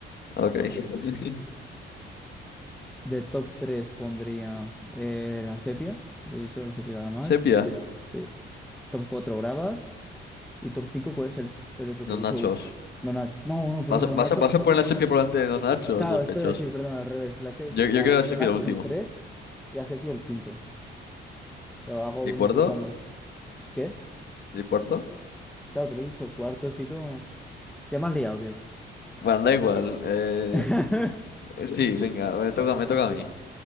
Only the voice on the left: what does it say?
Ok. <laughs>
Sepia,
los
nachos.
¿Vas a,
vas a, vas a poner la sepia por delante de los nachos,
sospechosos?
Yo, yo
creo que la sepia
el último.
¿Y el
cuarto?
¿Y el cuarto?
Bueno, da igual. Eh,
sí, venga, me toca, me toca a mí.